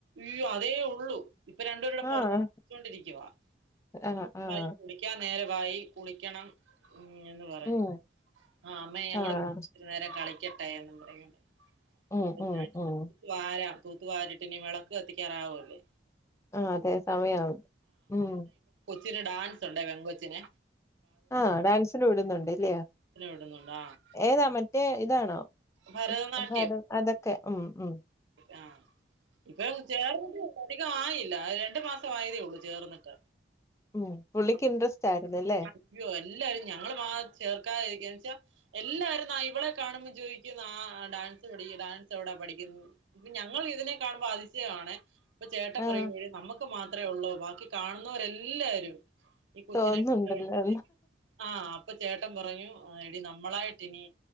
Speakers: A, on the right; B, on the left.
A: യ്യോ അതേ ഉള്ളൂ ഇപ്പൊ രണ്ടേരൂടെ
B: ആഹ്
A: പുറത്തൊണ്ടിരിക്ക്വാ അപ്പൊ
B: ആഹ്
A: <unintelligible>
B: ആഹ്
A: കുടിക്കാൻ നേരം വായി കുളിക്കണം ഉ എന്ന് പറയും
B: ഉം
A: ആ അമ്മേ ഞങ്ങള്
B: ആഹ്
A: ഇത്തിരി നേരം കളി <unintelligible> ഇവിടെയുംണ്ട്
B: ഉം
A: അപ്പൊ
B: ഉം
A: ഞാൻ <unintelligible>
B: ഉം
A: വാരം തൂത്ത് വാരിട്ടിനി വിളക്ക് കത്തിക്കാറാവല്ലേ
B: ആ അതെ സമയാവു ഉം
A: ച്ചന് ഡാൻസ് ഉണ്ടേ പെങ്കോച്ചിനെ
B: ആ ഡാൻസിന് വിടുന്നുണ്ട് ഇല്ലയോ
A: വിടുന്നുണ്ട് ആഹ്
B: ഏതാ മറ്റേ ഇതാണോ
A: ഭരതനാട്യം
B: അപ്പോ അതോ അതൊക്കെ ഉം ഉ
A: ആ ഇപ്പൊ ചേർന്നിട്ടെ ഉള്ളു അധിക ആയി ല്ല രണ്ടു മാസം ആയതേ ഉള്ളൂ ചേർന്നിട്ട്
B: ഉം പുള്ളിക്ക്
A: ആ അ
B: ഇൻട്രസ്റ്റ് ആയിരുന്നല്ലേ
A: അയ്യോ എല്ലാരും ഞങ്ങള് മാ ചേർക്കായിരിക്ക ച്ചാ എല്ലാരും ന്നാ ഇവളെ കാണുമ്പോ ചോയി ഠുന്ന ആ ഡാൻസ് പടിക്ക് ഡാൻസ് എവിടാ പഠിക്കുന്നെ ഇപ്പൊ ഞങ്ങൾ ഇതിനെ കാണുമ്പോ അതിശയമാണ് ഇപ്പൊ ചേട്ടൻ
B: ആഹ്
A: പറയും നമ്മുക്ക് മാത്രേ ഉള്ളൂ ബാക്കി കാനിന്നോരെല്ലാരും ഈ കൊച്ചിനെ
B: തോന്നുന്നുണ്ടല്ലോ
A: <unintelligible> ആ അപ്പൊ ചേട്ടൻ പറഞ്ഞു ആ എടി നമ്മളായിട്ടിനി